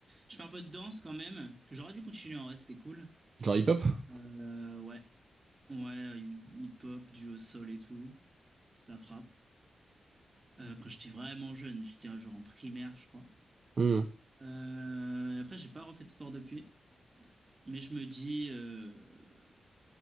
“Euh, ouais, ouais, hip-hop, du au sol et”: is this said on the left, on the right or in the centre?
Right